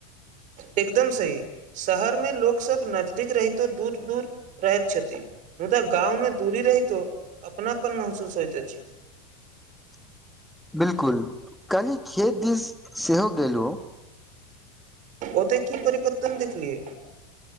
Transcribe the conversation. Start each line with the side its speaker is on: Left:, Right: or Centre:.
Right: एकदम सही, शहर में लोक सब नजदीक रहितो दूर-दूर रहैत छथि। मुदा गाँवमें, दूरी रहितो अपनापन महसूस होइत अछि।
Centre: <unintelligible> बिल्कुल, कनि खेत दिस सेहो गेलो।
Right: ओते की परिवर्तन देखलिय।